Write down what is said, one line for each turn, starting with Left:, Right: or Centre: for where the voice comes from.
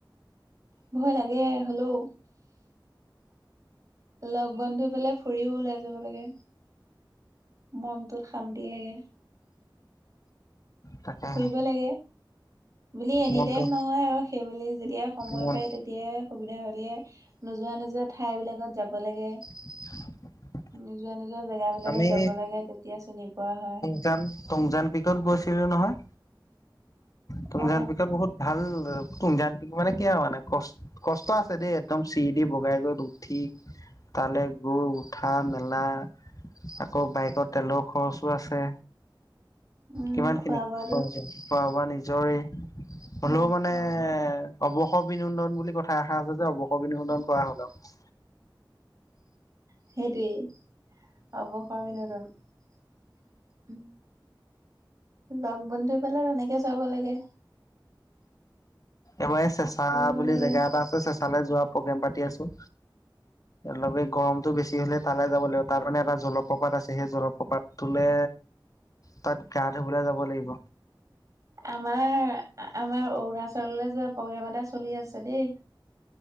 Right: ভয় লাগে হ'লও। লগ-বন্ধুবিলাক ফুৰিব ওলাই যাব লাগে, মনটোত শান্তি লাগে।
Left: তাকেহে
Right: ফুৰিব লাগে বুলি এনি
Left: মনটো
Right: টাইম নহয় আৰু সেইবুলি যেতিয়া সময়
Left: মন
Right: পায় তে তিয়াই সুবিধা হ'লে নোযোৱা - নোযোৱা ঠাইবিলাকত যাব লাগে।
Left: <inaudible>
Right: নোযোৱা নোযোৱা জেগাবিলাকত
Left: আমি
Right: যাব লাগে তেতিয়া চিনি পোৱা হয়।
Left: জাং টুমজাং পিকত গৈছিলোঁ নহয় টুমজাং
Right: অ
Left: পিকত বহুত ভাল টুমজাং পিক মানে কি আৰু মানে, কষ্ট কষ্ট আছে দেই একদম চিৰি দি বগাই গৈ উঠি তালে গৈ উঠা উঠা মেলা আকৌ বাইকত তেলৰ খৰচো আছে।
Right: উম
Left: কিমান
Right: খোৱা
Left: খিনি
Right: বোৱাটো
Left: প্ৰয়োজন খোৱা বোৱা নিজৰেই হ'লেও
Right: অ
Left: মানে অৱসৰ অভিনন্দন বুলি কথা এষাৰ আছে যে অৱসৰ অভিনন্দন কৰা হ'ল আৰু।
Right: সেইটোৱেই অৱসৰ অভিনন্দন উম। লগ-বন্ধু পালে তেনেকে যাব লাগে।
Left: এবাৰ এই চেঁচা
Right: ফুৰিব
Left: বুলি
Right: লাগে
Left: জেগা এটা আছে চেঁ- তালে যোৱা প্ৰগ্ৰেম পাতি আছো লগে গৰমটো বেছি হ'লে তালে যাব লাগিব তাত মানে এটা জলপ্ৰপাত আছে সেই জলপ্ৰপাতটোলে তাত গা ধুবলে যাব লাগিব।
Right: আমাৰ আ আমাৰ অৰুণাচললৈ যোৱা প্ৰগ্ৰেম এটা চলি আছে দেই।